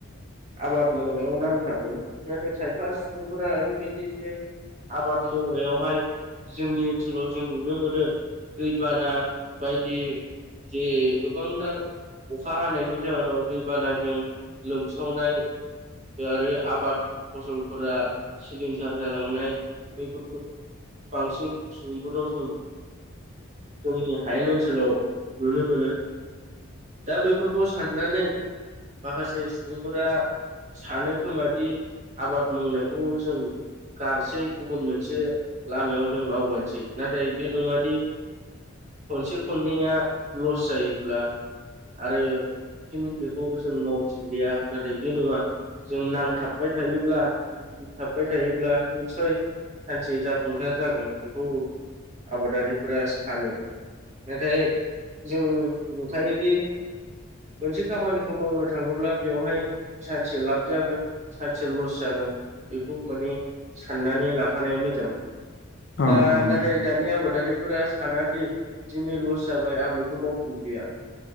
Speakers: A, on the right; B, on the left.
A: आबाद मावनायाव नांथाबो। नाथाय खायफा सुबुंफोरा ओरैबायदि जे- आबाद मावोंनायावहाय जोंनि ओनसोलाव जों नुनो मोनो। दैबाना बायदि जे गोबांथार अखा हानायनि जाहोनाव दैबानाजों लोमसावनाय आरो आबाद फसलफोरा सिलिंखार जालांनाय बैफोरखौ बांसिन सुबुंफोरा जों जोंनि हायेन ओनसोलाव नुनो मोनो। दा बैफोरखौ साननानै माखासे सुबुंफोरा सानो खोमा दि। आबाद मावनायखौ जों गारसै गुबुन मोनसे लामायाव जों आवगायनोसै। नाथाय बे नङादि खनसे खननैया लस जायोब्ला आरो फिन बेखौ जों मावफिनलिया नाथाय बे नङा। जों नांथाबबाय थायोब्ला थाबबाय थायोब्ला निथसय। सानसे जाफुंसार जागोन। बेखौ आबादारिफोरा सानो। नाथाय जों नुखायोदि, मोनसे खामानिखौ मावनो थाङोब्ला बेवहाय सानसे लाब जागोन सानसे लस जागोन। बेखौ माने साननानै लाखानाया मोजां।
B: औ
A: दा
B: नंगौ
A: नाथाय
B: नोंथां
A: दानि आबादारिफोरा सानादि दिनि लस जाबाय आं बेखौ मावफिनलिया